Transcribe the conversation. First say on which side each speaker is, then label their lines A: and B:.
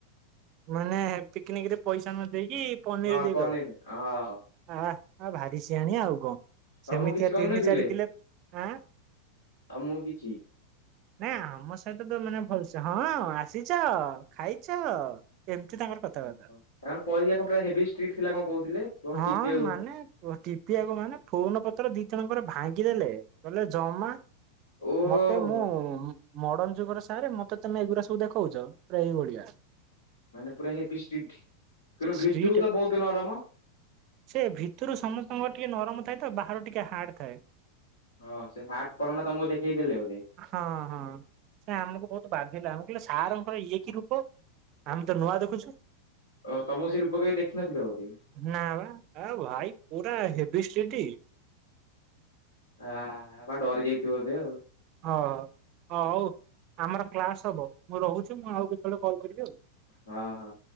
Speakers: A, on the right; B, on the left.
A: ମାନେ ପିକିନିକରେ ପଇସା ନ ଦେଇକି ପନିର୍
B: ହଁ
A: ଦେଇଦବ।
B: ପନିର ହଁ
A: ଆଃ, ଆ ଭାରି ସିଆଣିଆ ଆଉ କଣ,
B: ତମକୁ
A: ସେମିତିଆ
B: କିଛି କହିନଥିଲେ
A: ତିନି ଚାରି କିଲେ, ଆଁ।
B: ଆ ମୁଁ କିଛି
A: ନାଇଁ ଆମ ସହିତ ତ ମାନେ ଭଲସେ ହଁ ଆସିଛ, ଖାଇଛ ଏମିତି ତାଙ୍କର କଥାବାର୍ତ୍ତା।
B: ହେରାଙ୍କର ପରିକ୍ଷା କଣ ପୁରା ହେଭି ଷ୍ଟ୍ରିଟ୍ ଥିଲା କଣ କହୁଥିଲେ? ପୁରା
A: ହଁ
B: ଟିପିବାକୁ
A: ମାନେ ଓ ଟିପିବାକୁ ମାନେ ଫୋନ ପତ୍ର ଦି ଜଣଙ୍କର ଭାଙ୍ଗିଦେଲେ କହିଲେ ଜମା
B: ଦଉ ଓହୋ
A: ମତେ ମୁଁ ମର୍ଡ଼ନ୍ ଯୁଗରେ ସାର୍ ମତେ ତମେ ଏଗୁରା ସବୁ ଦେଖଉଛ, ପୁରା ଏଇଭଳିଆ।
B: ମାନେ ପୁରା ହେବି ଷ୍ଟ୍ରିଟ୍, କିନ୍ତୁ
A: ଷ୍ଟ୍ରିଟ
B: ଭିତରୁ ତ ବହୁତ ନରମ।
A: ସେ ଭିତରୁ ସମସ୍ତଙ୍କର ଟିକେ ନରମ ଥାଏ ତ ବାହାରୁ ଟିକେ ହାର୍ଡ ଥାଏ।
B: ଓଃ ସେ ହାର୍ଡ଼ ପଣଟା ତମକୁ ଦେଖେଇଦେଲେ ବୋଧେ?
A: ହଁ ହଁ, ନା ଆମକୁ ବହୁତ ବାଧିଲା ଆମେ କହିଲୁ ସାରଙ୍କର ଇଏ କି ରୂପ? ଆମେ ତ ନୂଆ ଦେଖୁଛୁ।
B: ଓ ତମକୁ ସେ ରୂପ କେବେ ଦେଖିନଥିଲେ ବୋଧେ କି?
A: ନାଁ ବା, ଆ ଭାଇ ପୁରା ହେବି ଷ୍ଟ୍ରିଟ୍।
B: ଆ, ବା ଡରି ଯାଇଥିବ ବୋଧେ ଆଉ।
A: ହଁ, ହଁ ହଉ, ଆମର କ୍ଲାସ୍ ହବ ମୁଁ ରହୁଛି ମୁଁ ଆଉ କେତଳେ କଲ୍ କରିବି ଆଉ।
B: ହଁ, ହଁ।